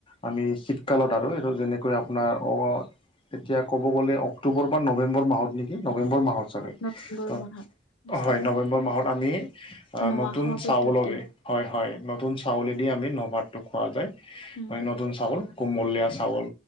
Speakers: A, on the left; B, on the left.
A: আমি শীতকালত আৰু এইটো যেনেকৈ আপোনাৰ অ' তেতিয়া ক'ব গ'লে অক্টোবৰ বা নৱেম্বৰ মাহত নেকি! নৱেম্বৰ মাহত।
B: নৱেম্বৰ
A: ত'
B: মাহত ডিচেম্বৰ
A: হয় নৱেম্বৰ মাহত আমি
B: নোৱা
A: নতুন
B: খোৱা পদ্ধতি
A: চাউলগৈ। হয়- হয় নতুন চাউলেদি আমি নভাতটো খোৱা যায়
B: উম
A: হয় নতুন চাউল কোমলীয়া চাউল